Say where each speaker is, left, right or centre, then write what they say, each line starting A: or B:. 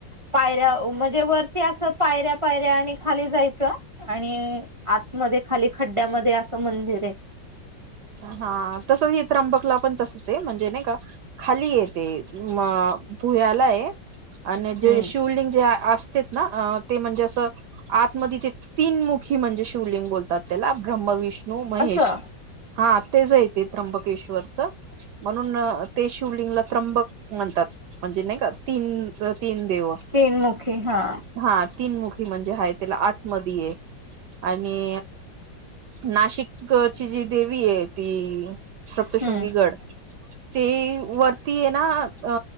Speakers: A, on the right; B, on the right.
A: पायऱ्या म्हणजे वरती असं पायऱ्या पायऱ्या आणि खाली जायचं? आणि आतमध्ये खाली खड्ड्यामध्ये असं मंदिर आहे.
B: हा तसच हे त्रंबकला पण तसच आहे म्हणजे नाही का खाली ये. मग पुण्याला हे. आणि जे
A: हम्म
B: शिवलिंग जे असते ना ते म्हणजे असं आतमध्ये ते तीन मुखी म्हणजे शिवलिंग बोलतात त्याला ब्रह्म विष्णू महेश.
A: असं
B: हा तेच येते त्र्यंबकेश्वरच म्हणून ते शिवलिंगला त्र्यंबक म्हणतात म्हणजे नाही का तीन तीन देव.
A: तीन मुखे हा?
B: हा तीन मुखी म्हणजे हाय त्याला आत मधी आहे. आणि नाशिकची जी देवी आहे ती स्रप्तशृंगी
A: हम्म
B: गड. ते वरती ये ना अ